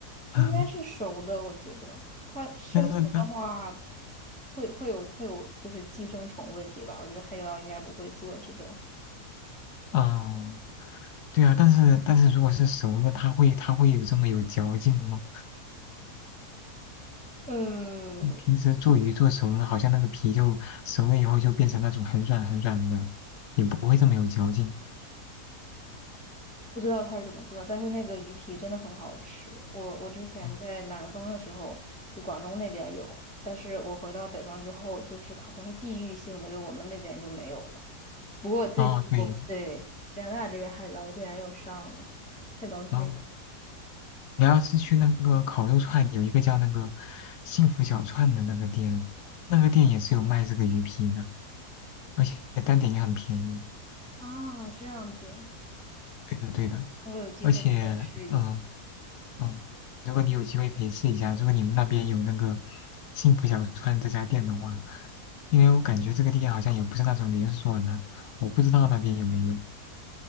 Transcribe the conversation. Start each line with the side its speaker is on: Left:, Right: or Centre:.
Centre: 应该是熟的，
Left: <laughs>
Centre: 我觉得它生的的话
Left: 但是但
Centre: 会会有会有就是寄生虫问题吧。我觉得海底捞应该不会做这种。
Left: 哦，对啊，但是但是如果是熟的，它会它会有这么有嚼劲吗？
Centre: 嗯，
Left: 平时做鱼做熟了，好像那个皮就熟了以后就变成那种很软很软的，也不会这么有嚼劲。
Centre: 不知道它是怎么做的但是那个鱼皮真的很好吃。我我之前在南方的时候，
Left: 哦，
Centre: 就广东那边有，但是我回到北方之后，就是好像是地域性的，就我们那边就没有了。不过最近我对加拿大这边海底捞竟然又上了，
Left: 哦对，
Centre: 太高兴了！
Left: 然后你要是去那个烤肉串，有一个叫那个幸福小串的那个店，那个店也是有卖这个鱼皮的，而且单点也很便宜。
Centre: 啊，这样子。
Left: 对的，对的，
Centre: 我有机会会试一下。
Left: 而且嗯，嗯，如果你有机会可以试一下，如果你们那边有那个幸福小川这家店的话，因为我感觉这个店好像也不是那种连锁的，我不知道那边有没有。